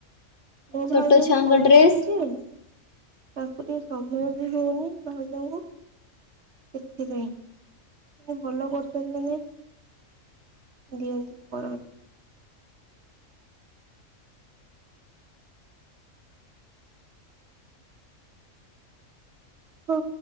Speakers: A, on the right; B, on the left.
A: ମୋ ଭାଉଜ
B: ଛୋଟ
A: ବି
B: ଛୁଆଙ୍କ
A: କରୁଛନ୍ତି
B: ଡ୍ରେସ
A: ଯେ ତାଙ୍କୁ ଟିକେ ସମୟ ବି ହଉନି ଭାଉଜଙ୍କୁ ସେଥିପାଇଁ <unintelligible> ଭଲ କର <unintelligible> ଦିଅନ୍ତି କରନ୍ତି ହ